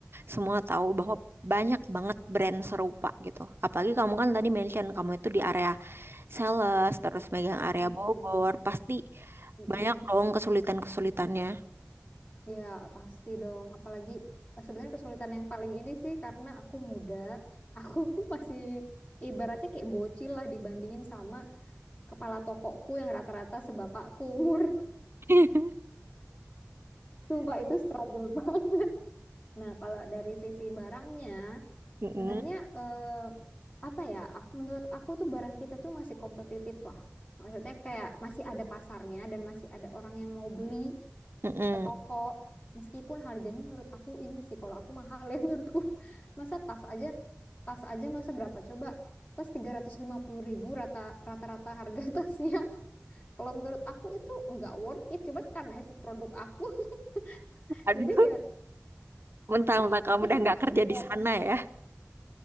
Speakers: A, on the right; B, on the left.
A: semua tahu bahwa banyak banget brand serupa gitu. Apalagi kamu kan tadi mention kamu itu di area sales, terus megang area
B: Mm-mm.
A: Bogor, pasti
B: Mm-mm.
A: banyak dong kesulitan-kesulitannya.
B: Ya, pasti dong. Apalagi eh, sebenarnya kesulitan yang paling ini sih karena aku muda, aku <laughs> masih ibaratnya kayak bocil lah dibandingin sama kepala tokoku yang rata-rata sebapakku umur.
A: <laughs>
B: Sumpah itu struggle <laughs> banget. Nah, kalau dari sisi barangnya,
A: Mm-mm.
B: sebenarnya eh, apa ya? Aku, menurut aku tuh barang kita tuh masih kompetitif lah. Maksudnya kayak masih ada pasarnya dan masih ada orang yang mau beli
A: Mm-mm.
B: ke toko. Meskipun harganya menurut aku ini sih, kalau aku mahal ya <laughs> menurutku. Masa tas aja, tas aja masa berapa coba? Tas tiga ratus lima puluh ribu rata, rata-rata harga <laughs> tasnya. Kalau menurut aku itu nggak worth it. Cuman karena itu produk aku. <laughs>
A: Aduh,
B: Jadi ya
A: mentang-mentang kamu
B: aku
A: udah
B: tetap
A: nggak kerja
B: support.
A: di sana ya.